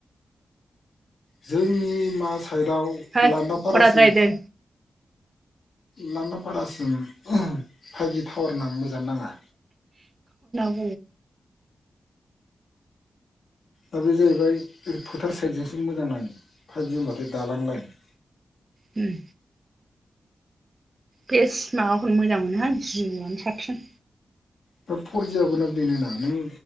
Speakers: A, on the left (about 75°); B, on the right (about 45°).
A: जोंनि मा साइडआव
B: है
A: लदा फारासिम
B: खराद्रायदों
A: लान्दा फारासिम फाइभजि टावार न मोजां नाङा।
B: औ।
A: दा बे जाहैबाय ओरै फोथार साइडजोंसो मोजां नाङो फाइब जोमबाथाय दालां लाइन
B: उम। बेस्माबाखौनो मोजां मोनोहां जिअआनो साबसिन।
A: दा फरजियाबोना बेनोना नों